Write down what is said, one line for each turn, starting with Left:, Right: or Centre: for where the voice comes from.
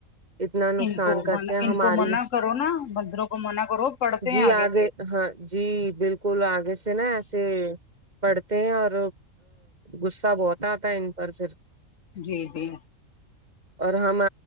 Right: اتنا نقصان
Left: ان کو
Right: کرتے
Left: منع
Right: ہیں ہماری
Left: ان کو منع کرو نا بندروں کو منع کرو پڑھتے ہیں
Right: جی آگے
Left: سے
Right: ہاں جی بالکل آگے سے نا ایسے پڑھتے ہیں اور غصہ بہت آتا ہے ان پر پھر
Left: جی جی
Right: اور ہم